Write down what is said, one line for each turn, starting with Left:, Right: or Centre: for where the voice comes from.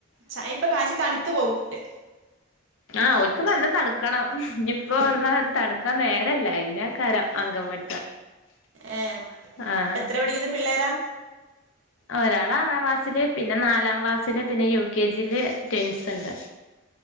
Right: ചായ ഇപ്പോൾ കാശി തണുത്ത് പോകില്ലേ
Left: ആഹ് ഓര്ക്ക് നല്ലം തണുക്കണം ഇനിയിപ്പോ വന്നാ തണുക്കാൻ നേരല്ല അയിനാക്കാരം അങ്കംവെ
Right: ഏ
Left: ആഹ്
Right: അപ്പൊ എത്രേ പടിക്കുന്നെ പിള്ളേരാ
Left: ഒരാള് ആറാംക്ലാസ്സില് പിന്നെ നാലാംക്ലാസ്സില് പിന്നെ യു കെ ജിയില് ട്വിൻസ്ണ്ട്